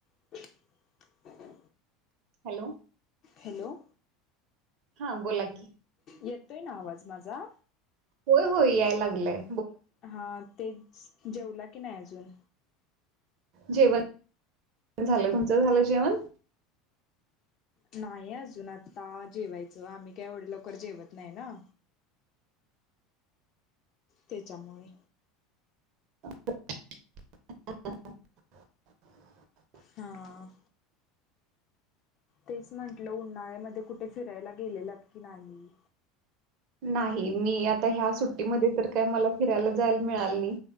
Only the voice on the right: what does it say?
Hello.
हा बोला की
हो हो याय लागलाय.
जेवण झालं. तुमचं झालं जेवण?
ह <inaudible>
नाही मी आता ह्या सुट्टीमध्ये तर काय मला फिरायला जायला मिळाल नाही.